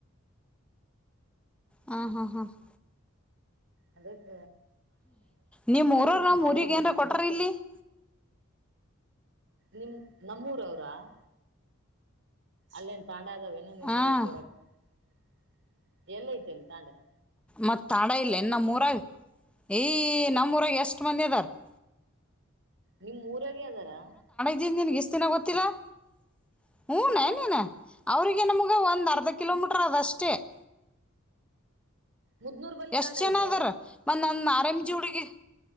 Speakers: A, in the centre; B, on the right (about 60°).
A: ಹ, ಹಾ, ಹಾ. <inaudible>
B: ಅದೇ... <inaudible>
A: ನಿಮ್, ಊರರು
B: ನಮ್
A: ನ್
B: ತಂಗಿ
A: ಊರಿಗ್
B: ಮದ್
A: ಏನ್ ಕೊಟಾರ ಇಲ್ಲಿ? <inaudible>
B: ನಿಮ್ಮು, ನಮ್ಮೂರ ಅವ್ರಾ... <inaudible> ಅಲ್ಲೇನ್, ಪಾಂಡ.. <inaudible> ನಾವಿಯೇನು, ನಿಮ್
A: ಹಾಂ
B: ಊರಿಗೆ ಕೊಡಕ್? <inaudible> ಎಲ್ಲ, ಐತೆಲ್ಲಿ ತಾಂಡ? <inaudible>
A: ಮತ್ತು ತಾಡ ಇಲ್ಲ ಏನು ನಮ್ಮೂರುಗ ಏ ನಮೂರಾಗ ಎಷ್ಟು ಮಂದಿ ಆಧಾರ್... <inaudible>
B: ನಿಮ್, ಊರು.... <inaudible> ಫ್ರೀ, ಅಧಾರ... <inaudible>
A: ಈ ನಿನ್ ಎಷ್ಟ ದಿನ ಗೊತ್ತಿಲ್ಲ? <inaudible> ಹು,
B: ಇಲ್ಲ
A: ಇನ್ನೇನು... <inaudible> ಅವರಿಗೆ, ನಮಗೆ ಒಂದು ಅರ್ಧ ಕಿಲೋಮೀಟರ್, ಅದಷ್ಟೇ.. <inaudible>
B: ಮುದ್ನೂರ್ ಬಲ್
A: ಎಷ್ಟ್,
B: ತಾಂಡ
A: ಜನ,
B: ಐತೆ
A: ಆದರು, ಮತ್ತೆ, ನಾನು.. <inaudible> ಎಂ, ಜಿ ಹುಡುಗಿ